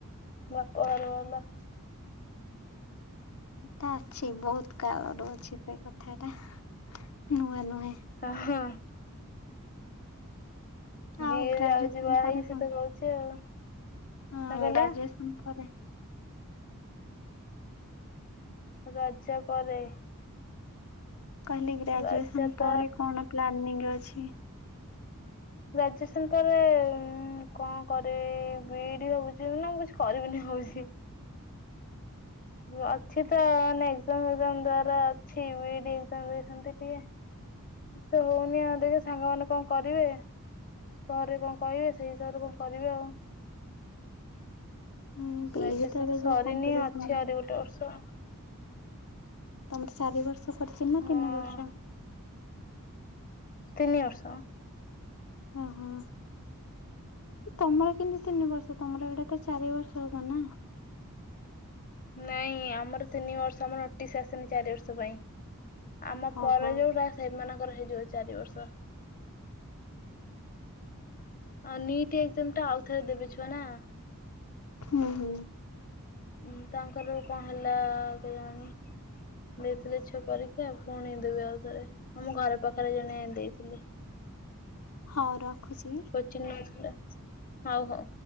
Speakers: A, on the left; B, on the left.
A: ବାପ ଘର ଭଲ।
B: ଏଟା ଅଛି ବହୁତ କାଳରୁ ଅଛି ସେ କଥା ଟା ନୂଆ ନୁହେଁ।
A: ଓ ହୋ। ଯିଏ
B: ଆଉ ଗ୍ରାଜୁଏସନ
A: ଯାଉଛି ବାହା
B: ପରେ
A: ହେଇକି
B: କଣ
A: ସିଏ ତ କହୁଛି ଆଉ।
B: ହଁ
A: କଣ କହିଲା
B: ଗ୍ରାଜୁଏସନ୍ ପରେ।
A: ରଜ ପରେ।
B: କହିଲି ଗ୍ରାଜୁଏସନ୍
A: ରଜ ତ
B: ପରେ କଣ ପ୍ଲାନିଂ ଅଛି?
A: ଗ୍ରାଜୁଏସନ୍ ପରେ କଣ କରିବି ବିଇ ଡି ଭାବୁଛି ମୁଁ କିଛି କରିବିନି ଭାବୁଛି। ଅଛି ତ ମାନେ ଏକ୍ଜାମ ଫେକ୍ଜାମ ଦେବାର ଅଛି ବିଇ ଡି ଏକ୍ଜାମ ଦେଇଛନ୍ତି ଟିକେ। କିଛି ତ ହଉନି ଆଉ ଦେଖ ସାଙ୍ଗମାନେ କଣ କରିବେ ଘରେ କଣ କହିବେ ସେଇ ହିସାବରେ କଣ କରିବି ଆଉ
B: ହୁଁ ବିଇ
A: ଗ୍ରାଜୁଏସନ୍
B: ଯେତେବେଳେ
A: ତ ସରିିନି
B: ଯୋଉ କମ୍ପିଟିସନ
A: ଅଛି ଆଉ ଗୋଟେ ବର୍ଷ।
B: ତମର ଚାରି ବର୍ଷ କରିଚି ନା
A: ହଁ
B: ତିନି ବର୍ଷ?
A: ତିନି ବର୍ଷ।
B: ଓହୋ ତମର କେମିତି ତିନି ବର୍ଷ ତମର ଏଇଟା ତ ଚାରି ବର୍ଷ। ହବନା।
A: ନାଇଁ ଆମର ତିନି ବର୍ଷ ଆମର ନୋଟିସ୍ ଆସିନି ଚାରି ବର୍ଷ ପାଇଁ। ଆମ
B: ହଁ
A: ପରେ
B: ହଁ
A: ଯୋଉଟା ସେମାନଙ୍କର ହେଇଯିବ ଚାରି ବର୍ଷ। ତ। ଆଉ ନିଟ ଏକ୍ଜାମ ଟା ଆଉ ଥରେ ଦେବେ ଛୁଆ ନା।
B: ହୁଁ-ହୁଁ।
A: ଉଁ ତାଙ୍କର କଣ ହେଲା କେଜାଣି? ଦେଇଥିଲେ ଛୁଆ ପରୀକ୍ଷା ପୁଣି ଦେବେ ଆଉଥରେ ଆମ ଘର ପାଖରେ ଜଣେ ଦେଇ ଥିଲେ।
B: ହଉ ରଖୁଛି।
A: <unintelligible> ହଉ ହଉ।